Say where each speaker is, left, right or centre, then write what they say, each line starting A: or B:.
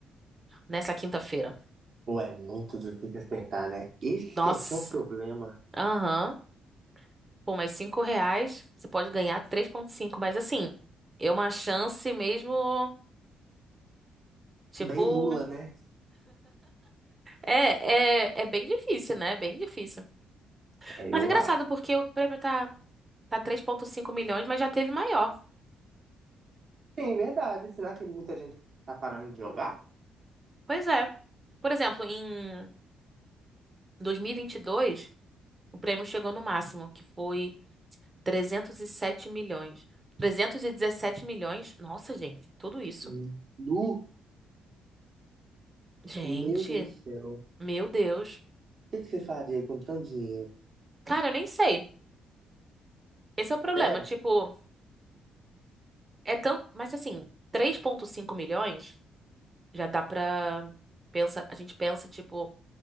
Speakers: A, on the right; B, on the right.
A: nessa quinta-feira.
B: pô, é muito difícil acertar, né? Esse
A: Nossa,
B: aqui é o problema.
A: aham. Por mais 5 reais, você pode ganhar três vírgula cinco. mas assim, é uma chance mesmo. Tipo,
B: Bem nula, né?
A: é, é, é bem difícil, né? É bem difícil.
B: É,
A: Mas
B: eu
A: é engraçado
B: acho.
A: porque o prêmio tá, tá três vírgula cinco milhões, mas já teve maior.
B: Sim, verdade. Será que muita gente tá parando de jogar?
A: Pois é. Por exemplo, em dois mil e e vinte e dois o prêmio chegou no máximo, que foi 307 milhões. 317 milhões? Nossa, gente, tudo isso.
B: Hum. Nu,
A: Gente,
B: meu Deus do céu. O
A: meu Deus.
B: que que você faria com tanto dinheiro?
A: Cara, eu nem sei. Esse é o problema.
B: Sério?
A: Tipo, é tanto. Mas assim, três vírgula cinco milhões já dá pra. Pensa... A gente pensa, tipo,